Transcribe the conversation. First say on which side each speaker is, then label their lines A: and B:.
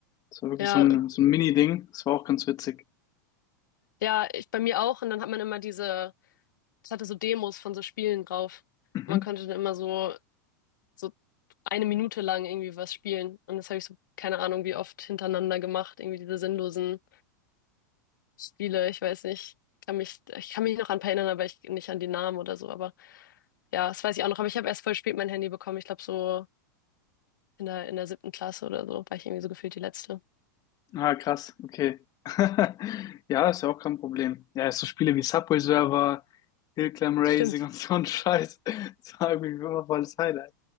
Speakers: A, on the left (about 35°); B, on the left (about 75°).
A: Das war wirklich
B: Ja.
A: so ein, so ein Mini-Ding. Das war auch ganz witzig.
B: Ja, ich bei mir auch. Und dann hat man immer diese. es hatte so Demos von so Spielen drauf.
A: Mhm.
B: Und man konnte dann immer so, so eine Minute lang irgendwie was spielen. Und das habe ich so, keine Ahnung, wie oft hintereinander gemacht. Irgendwie diese sinnlosen Spiele. Ich weiß nicht. Ich kann mich, ich kann mich noch an ein paar erinnern, aber ich nicht an die Namen oder so. Aber ja, das weiß ich auch noch. Aber ich habe erst voll spät mein Handy bekommen. Ich glaube so in der, in der siebten Klasse oder so war ich irgendwie so gefühlt die letzte.
A: Ah, krass, okay. <laughs> Ja, ist ja auch kein Problem. Ja, so Spiele wie Subway Surfer, Hillclimb Racing
B: Stimmt.
A: und so ein Scheiß. <laughs> Das war irgendwie immer voll das Highlight.